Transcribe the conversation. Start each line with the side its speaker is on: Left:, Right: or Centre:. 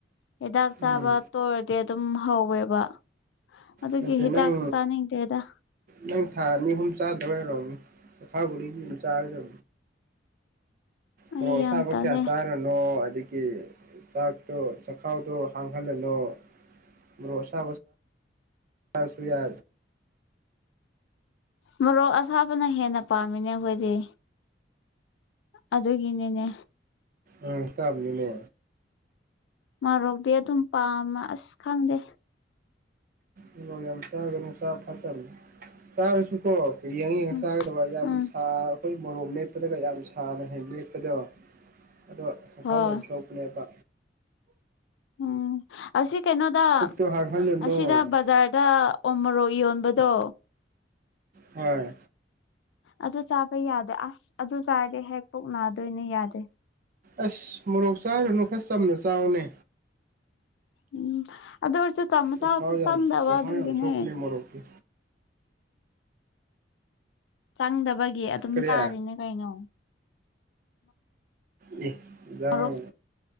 Left: ꯍꯤꯗꯥꯛ ꯆꯥꯕ
Right: ꯎꯝ
Left: ꯇꯣꯏꯔꯗꯤ ꯑꯗꯨꯝ ꯍꯧꯋꯦꯕ ꯑꯗꯨꯒꯤ
Right: ꯅꯠꯇꯦ
Left: ꯍꯤꯗꯥꯛꯁꯨ
Right: ꯅꯪ
Left: ꯆꯥꯅꯤꯡꯗ꯭ꯔꯦꯗ
Right: ꯅꯪ ꯊꯥ ꯑꯅꯤ ꯑꯍꯨꯝ ꯆꯥꯗꯕ ꯑꯣꯏꯔꯔꯕꯅꯤ ꯐꯥꯎꯒ ꯆꯥꯔꯦ ꯆ
Left: ꯑꯩ
Right: ꯄꯣ
Left: ꯌꯥꯝ
Right: ꯁꯥꯥꯕ
Left: ꯇꯜꯂꯦ
Right: ꯀ ꯆꯔ ꯅꯣ ꯑꯗꯒꯤ ꯆꯥꯛꯇꯣ ꯆꯈꯥꯎꯗꯣ ꯍꯥꯡꯍꯜꯂꯅꯨ ꯑꯣꯁꯥ ꯁꯥ ꯁꯨꯌꯥ
Left: ꯃꯔꯣꯔꯣꯛ ꯑꯁꯥꯕꯅ ꯍꯦꯟꯅ ꯄꯥꯝꯃꯤꯅꯦ ꯑꯩꯈꯣꯏꯗꯤ ꯑꯗꯨꯗꯒꯤ ꯏꯅꯦꯅꯦ
Right: ꯑꯝ ꯀꯝꯅꯤꯅꯦ
Left: ꯃꯣꯔꯣꯛꯗꯤꯑꯗꯨꯝ ꯄꯥꯃ ꯑꯁ ꯈꯪꯗꯦ
Right: ꯌꯥꯝ ꯆꯒꯔ ꯁꯥꯐ ꯆꯒꯔ ꯁ ꯀ ꯌꯦꯡꯉ
Left: ꯎꯝ
Right: ꯆꯥꯒꯗꯕ ꯌꯥꯝ
Left: ꯎꯝ
Right: ꯁꯥ ꯑꯩꯈꯣꯏ ꯃꯣꯔꯣꯛ ꯃꯦꯠꯄꯗꯒ ꯌꯥꯝ ꯁꯥꯟꯅꯍꯩ ꯃꯦꯠꯄꯗꯣ ꯑꯗꯣ ꯁꯐꯥꯁꯨ
Left: ꯍꯣꯏ
Right: ꯌꯥꯝ ꯁꯣꯛꯄꯅꯦꯕ
Left: ꯎꯝ ꯑꯁꯤ ꯀꯩꯅꯣꯗ
Right: ꯄꯨꯛꯇꯣ ꯍꯥꯡꯍꯜꯂꯨꯅꯨ
Left: ꯑꯁꯤꯗ ꯕꯖꯥꯔꯗ ꯑꯣꯃꯣꯔꯣꯛ ꯌꯣꯟꯕꯗꯣ
Right: ꯍꯣꯏ
Left: ꯑꯗꯨ ꯆꯥꯕ ꯌꯥꯗꯦ ꯑꯁ ꯑꯗꯨ ꯆꯥꯔꯗꯤ ꯍꯦꯛ ꯄꯣꯛꯅꯗꯣꯏꯅꯦ ꯌꯥꯗꯦ
Right: ꯑꯁ ꯃꯣꯔꯣꯛ ꯆꯥꯔꯨꯅꯨ ꯈꯔ ꯆꯝꯅ ꯆꯥꯎꯅꯦ
Left: ꯎꯝ ꯑꯗꯔꯁꯨ ꯀꯝ ꯆ
Right: ꯆꯈꯥꯎ
Left: ꯆꯪꯗꯕ
Right: ꯌꯥꯝ ꯆꯈꯥꯎ
Left: ꯑꯗꯨꯒꯤꯅꯦ
Right: ꯌꯥꯝ ꯁꯣꯛꯄꯅꯦ ꯃꯣꯔꯣꯛꯇꯤ
Left: ꯆꯪꯗꯕꯒꯤ ꯑꯗꯨꯝ
Right: ꯀꯔꯤ
Left: ꯇꯥꯔꯤꯅꯦ ꯀꯩꯅꯣ
Right: ꯑꯦ ꯌꯥ
Left: ꯃꯣꯔꯣꯛ